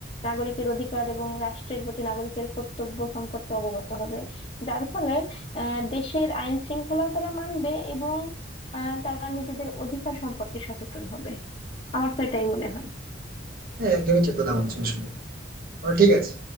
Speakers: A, on the left; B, on the right.
A: নাগরিকের অধিকার এবং রাষ্ট্রের প্রতি নাগরিকের কর্তব্য সম্পর্কে অবগত হবে যার ফলে আহ দেশের আইন শৃঙ্খলাও তারা মানবে এবং আহ তারা নিজেদের অধিকার সম্পর্কে সচেতন হবে আমার তো এটাই মনে হয়
B: হ্যাঁ একদমই ঠিক কথা বলছো আসলে তো ঠিক আছে